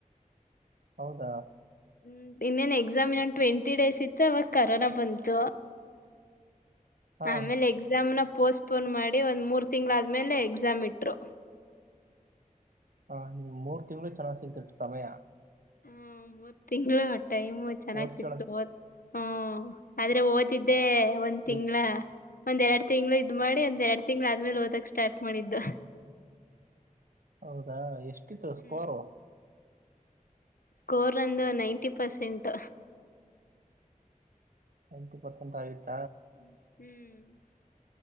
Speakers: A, on the right (about 75°); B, on the left (about 80°).
A: ಹೌದಾ
B: ಹ್ಮ್ ಇನ್ನೇನ್ ಎಕ್ಸಾಮ್ ಇನ್ನೊಂದು ಟ್ವೆಂಟಿ ಡೇಸ್ ಇತ್ತು ಅವಾಗ ಕರೋನಾ ಬಂತು
A: ಹಾ
B: ಆಮೇಲೆ ಎಕ್ಸಾಮ್ ನ ಪೋಸ್ಟ್ ಪೋನ್ ಮಾಡಿ ಒಂದ್ ಮೂರ್ ತಿಂಗಳಾದ್ಮೇಲೆ ಎಕ್ಸಾಮ್ ಇಟ್ರು
A: ಹಾ ಮೂರ್ ತಿಂಗ್ಳು ಚೆನ್ನಾಗ್ ಸಿಕ್ತು ಸಮಯ
B: ಹ್ಮ ಮೂರ್ ತಿಂಗಳು ಟೈಮ್ ಚೆನ್ನಾಗ್
A: ಓದ್
B: ಸಿಕ್ತು
A: ಕೇಳಕ್
B: ಓ ಹ್ಮ ಆದ್ರೆ ಓದಿದ್ ದೇ ಒಂದ್
A: ರೀ
B: ತಿಂಗಳ ಒಂದ್ ಎರಡು ತಿಂಗಳು ಇದ್ ಮಾಡಿ ಒಂದ್ ಎರಡು ತಿಂಗ್ಳ ಆದ್ಮೇಲೆ ಓದಕ್ ಸ್ಟಾರ್ಟ್ ಮಾಡಿದ್ದು
A: ಹೌದಾ ಎಷ್ಟಿತ್ತು ಸ್ಕೋರು
B: ಹ್ಮ್ ಸ್ಕೋರ್ ಒಂದು ನೈಂಟಿ ಪರ್ಸೆಂಟ್
A: ನೈಂಟಿ ಪರ್ಸೆಟ್ ಆಯತ್
B: ಹ್ಮ್ <inaudible>